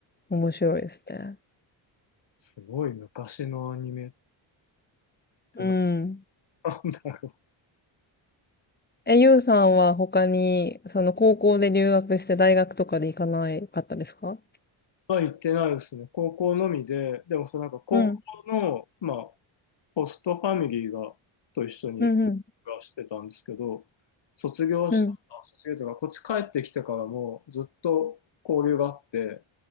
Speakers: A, on the left; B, on the left.
A: 面白いですね。
B: すごい昔のアニメってな
A: うん。
B: なんだろう。
A: え、ゆうさんは他に、その高校で留学して大学とかで行かないかったですか
B: は行ってないですね。高校のみで、でもそのなんか高校の、
A: うん、
B: まあ、ホストファミリーが、と一緒に暮らしてたんですけど、
A: うん、うん、
B: 卒業した、
A: うん。
B: あ卒業というか、こっち帰ってきてからもずっと交流があって、